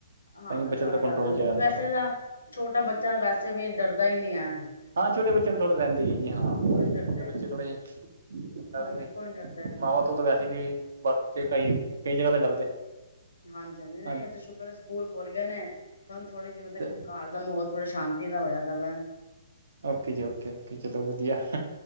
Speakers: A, on the left; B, on the right.
A: ਹਾਂ
B: ਤਾਂ ਹੀ
A: ਐ
B: ਬੱਚਾ
A: ਤੁਆਡੇ
B: ਥੋੜਾ ਕੰਟਰੋਲ
A: ਘਰ ਤਾਂ <unintelligible>
B: 'ਚ ਰਹਿੰਦਾ
A: ਵੈਸੇ
B: ਵਾ।
A: ਤਾਂ ਛੋਟਾ ਬੱਚਾ ਵੈਸੇ ਵੀ ਡਰਦਾ ਈ ਨੀ ਐ।
B: ਹਾਂ ਛੋਟੇ ਬੱਚਿਆਂ ਨੂੰ ਥੋੜ੍ਹਾ ਰੈਂਦੀ ਹੈਗੀ ਏ ਹਾਂ
A: ਡਰਦੇ
B: ਛੋਟੇ ਬੱਚੇ
A: ਆ
B: ਥੋੜਾ ਜਿਆ ਨਾਲੇ
A: ਹਾਂ ਬਿਲਕੁਲ ਨੀ ਡਰਦੇ ਆ,
B: ਮਾਵਾਂ ਤੋਂ ਤਾਂ ਵੈਸੇ ਨਈ ਬੱਚੇ ਕਈ, ਕਈ ਜਗ੍ਹਾ ਤੇ ਡਰਦੇ।
A: ਹਾਂਜੀ-ਹਾਂਜੀ ਨਈ
B: ਹਾਂਜੀ
A: ਏ ਤੇ ਸ਼ੁਕਰ ਏ ਸਕੂਲ ਖੋਲ ਗਏ ਨੇ ਹੁਣ ਥੋੜੀ ਜਿ ਮਤਲਬ
B: ਤੇ
A: ਹੁਨ ਘਾਰ ਦਾ ਮਾਹੌਲ ਥੋੜੀ ਸ਼ਾਂਤੀ ਦਾ ਹੋਇਆ ਦਾ ਵੇ।
B: ਔਕੇ ਜੀ ਔਕੇ, ਔਕੇ ਚਲੋ ਵਧੀਆ।